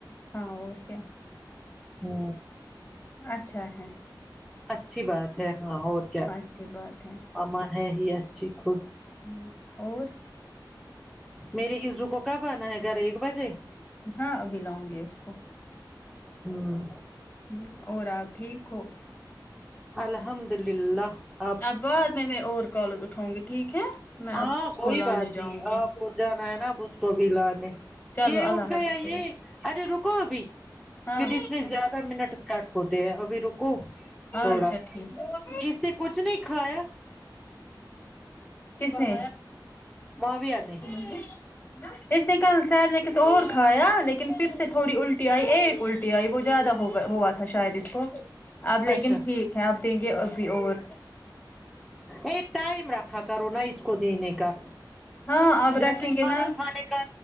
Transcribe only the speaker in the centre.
ہو
اچھی بات ہے ہاں اور کیا
اما ہے ہی اچھی خود
میرے عزو کو کب آنا ہے گھر ایک بجے
ہمم
الحمد اللہ
ہاں
کوئی
بات نہیں
آپ کو جانا ہے نا اس کو بھی لانے
یہ
اٹھ گیا
یہ ارے رکو ابھی
پھر اس میں زیادہ منٹ کٹ ہوتے ہیں ابھی رکو تھوڑا
اس سے کچھ نہیں کھایا
معاویہ نے
اچھا
ایک ٹائم رکھا کرو نا اس کو دینے کا
جیسے
کھانا
کھانے کا